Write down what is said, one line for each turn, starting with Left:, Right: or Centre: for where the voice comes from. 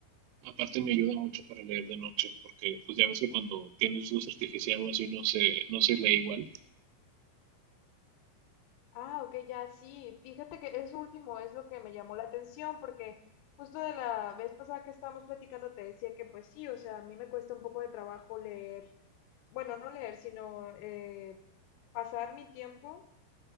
Right: aparte me ayuda mucho para leer de noche, porque pues ya ves que cuando tienes luz artificial o así no se, no se lee igual.
Left: Ah, ok, ya sí. Fíjate que eso último es lo que me llamó la atención, porque justo de la vez pasada que estábamos platicando te decía que pues sí, o sea, a mí me cuesta un poco de trabajo leer, bueno, no leer, sino eh, pasar mi tiempo